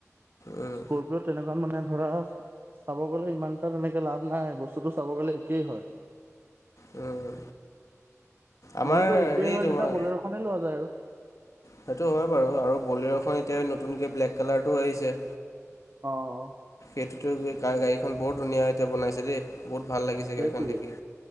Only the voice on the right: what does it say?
স্কৰপি'অত তেনেকা মানে ধৰা চাব গলে ইমান এটা তেনেকে লাভ নাই। বস্তুটো চাব গলে একেই হয়।
যিহেতু একেই
হয়
যেতিয়া বলেৰ' খনেই লোৱা যায় আৰু।
অ, অ।
সেইটোৱেই